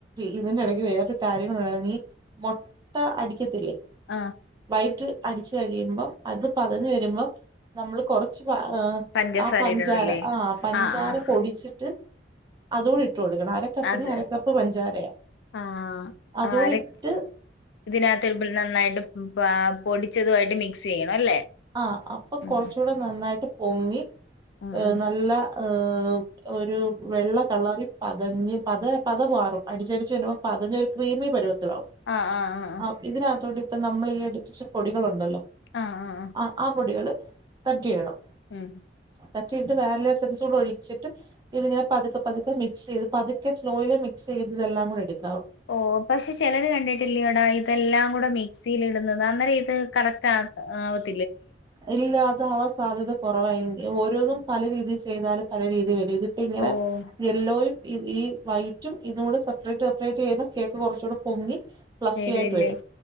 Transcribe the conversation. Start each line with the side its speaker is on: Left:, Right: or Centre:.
Right: ഇതിനി ഇടയ്ക്ക് വേറൊരു കാര്യം <unintelligible> മൊട്ട അടിക്കത്തില്ലേ.
Left: ആ
Right: വൈറ്റ് അടിച്ചു കഴിയുമ്പം അത് പതഞ് വരുമ്പം നമ്മൾ കുറച്ച് <unintelligible>
Left: പഞ്ചസാര
Right: ആ പഞ്ചാര
Left: ഇടണല്ലേ
Right: ആ പഞ്ചാര
Left: ആഹ് ആഹ്
Right: പൊടിച്ചിട്ട് അതോടി ഇട്ട് കൊടുക്കണം അര <unintelligible> കപ്പിന്
Left: അത്
Right: അരകപ്പ് പഞ്ചാരയ
Left: ആഹ്
Right: അതോടിട്ട്
Left: ആരെ ഇതിനകത്ത് <unintelligible> നന്നായിട്ട് ആ പൊടിച്ചതുമായിട്ട് മിക്സ് ചെയ്യണം അല്ലേ.
Right: ആ അപ്പൊ
Left: ഉം
Right: കുറച്ചുകൂടെ നന്നായിട്ട് പൊങ്ങി
Left: ആഹ്
Right: എ നല്ല ഏ ഒരു വെള്ള കളറി പതഞ്ഞ് പത പത മാറും അടിച്ചടിച്ച് വരുമ്പോ പതഞ് ഒരു ക്രീമി പരുവത്തിലാവും.
Left: ആ ആ ആ ആ
Right: ആ ഇതിനകത്തോടി ഇപ്പം നമ്മൾ ഈ അടിച്ച പൊടികളുണ്ടല്ലോ.
Left: ആ ആ ആ
Right: ആ ആ പൊടികള് തട്ടി ഇടണം
Left: ഉം
Right: തട്ടിയിട്ട് വാനില എസ്സെൻസ് കൂടെ ഒഴിച്ചിട്ട്. ഇതിങ്ങനെ പതുക്കെ പതുക്കെ മിക്സ് ചെയ്ത് പതുക്കെ സ്ലോലി മിക്സ് ചെയ്ത് ഇതെല്ലാം കൂടെ <unintelligible>
Left: ഓ പക്ഷെ ചിലത് കണ്ടിട്ടില്ലോടാ <unintelligible> <unintelligible> കൂടെ മിക്സിൽ ഇടുന്നത് അന്നേരം ഇത് <unintelligible>
Right: ഇല്ലാ അതാവാൻ സാധ്യത കുറവായി ഓരോന്നും പല രീതിയിൽ <unintelligible> പല രീതി വരും ഇതി ഇപ്പൊ ഇങ്ങനെ
Left: ഓഹ്
Right: യെല്ലോയും ഈ വൈറ്റും ഇതൂടെ സെപ്പറേറ്റ് സെപ്പറേറ്റ് ചെയ്താ കേക്ക് കുറച്ചൂടെ പൊങ്ങി ഫ്ലഫി
Left: വരുവല്ലേ
Right: ആയിട്ട് വരും